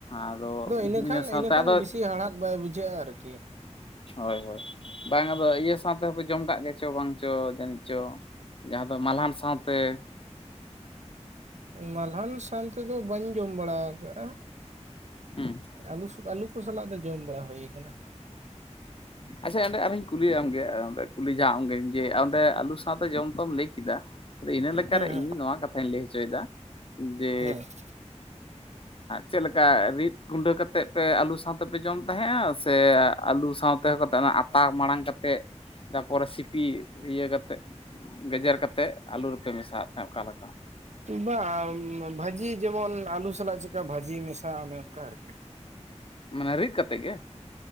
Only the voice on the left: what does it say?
ᱟᱫᱚ
ᱤᱱᱟᱹ ᱥᱟᱶᱛᱮ
ᱟᱫᱚ
ᱦᱳᱭ ᱦᱳᱭ ᱵᱟᱝ ᱟᱫᱚ ᱤᱭᱟᱹ ᱥᱟᱶᱛᱮᱦᱚᱯᱮ ᱡᱚᱢ ᱠᱟᱜ ᱜᱮᱭᱟ ᱪᱚ ᱵᱟᱝ ᱪᱚ ᱡᱟᱹᱱᱤᱡ ᱪᱚ ᱡᱟᱦᱟᱸ ᱫᱚ ᱢᱟᱞᱦᱟᱱ ᱥᱟᱶᱛᱮ
ᱦᱩᱸ
ᱟᱪᱪᱷᱟ ᱚᱸᱰᱮ ᱟᱨᱦᱚᱧ ᱠᱩᱞᱤᱭᱟᱢᱜᱮ ᱚᱸᱰᱮ ᱠᱩᱞᱤ ᱡᱷᱟᱜ ᱟᱢ ᱜᱮᱧ ᱡᱮ ᱚᱸᱰᱮ ᱟᱞᱩ ᱥᱟᱶᱛᱮ ᱡᱚᱢ ᱛᱚᱢ ᱞᱟᱹᱭ ᱠᱮᱫᱟ ᱟᱫᱚ ᱤᱱᱟᱹᱠᱟᱨᱮ
ᱤᱧ ᱱᱚᱣᱟ ᱠᱟᱛᱷᱟᱧ ᱞᱟᱹᱭ ᱦᱚᱪᱚᱭᱮᱫᱟ ᱡᱮ
ᱪᱮᱫᱞᱮᱠᱟ ᱨᱤᱫ ᱜᱩᱸᱰᱟᱹ ᱠᱟᱛᱮ ᱛᱮᱫ ᱯᱮ ᱟᱹᱞᱩ ᱥᱟᱶᱛᱮᱯᱮ ᱡᱚᱢ ᱛᱟᱦᱮᱸᱜᱱᱟ ᱥᱮ ᱟᱞᱩ ᱥᱟᱶᱛᱮᱦ ᱠᱟᱛᱮᱫ ᱚᱱᱟ ᱟᱛᱟ ᱢᱟᱲᱟᱝ ᱠᱟᱛᱮᱫ ᱛᱟᱯᱚᱨᱮ ᱥᱤᱯᱤ ᱤᱭᱟᱹ ᱠᱟᱛᱮᱫ ᱜᱮᱡᱮᱨ ᱠᱟᱛᱮᱫ ᱟᱹᱞᱩ ᱨᱮᱯᱮ ᱢᱮᱥᱟᱜ ᱦᱮᱸ ᱚᱠᱟᱞᱮᱠᱟ
ᱢᱟᱱᱮ ᱨᱤᱫ ᱠᱟᱛᱮ ᱜᱮ